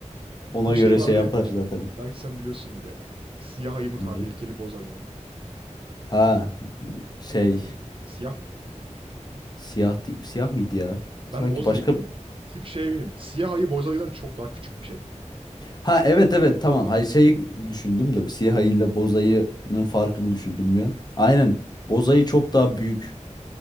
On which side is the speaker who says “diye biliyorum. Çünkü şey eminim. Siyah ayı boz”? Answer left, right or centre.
Right